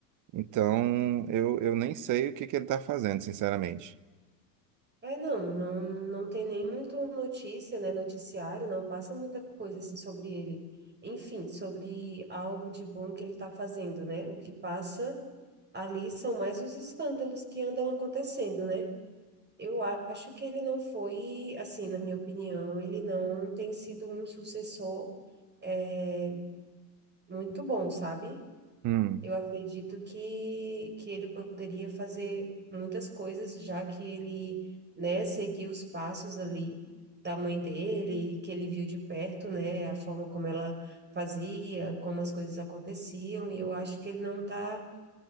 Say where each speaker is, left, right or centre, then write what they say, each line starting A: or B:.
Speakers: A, on the right; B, on the right.
A: Então, eu, eu nem sei o que que ele está fazendo, sinceramente.
B: É, não, não, não tem nem muito notícia, né, noticiário, não passa muita coisa, assim, sobre ele. Enfim, sobre algo de bom que ele está fazendo, né? O que passa ali são mais os escândalos que andam acontecendo, né? Eu acho que ele não foi, assim, na minha opinião, ele não tem sido um sucessor, é, muito bom, sabe?
A: Hum,
B: Eu acredito que, que ele poderia fazer muitas coisas, já que ele, né, seguiu os passos ali da mãe dele, que ele viu de perto, né, a forma como ela fazia, como as coisas aconteciam, e eu acho que ele não tá,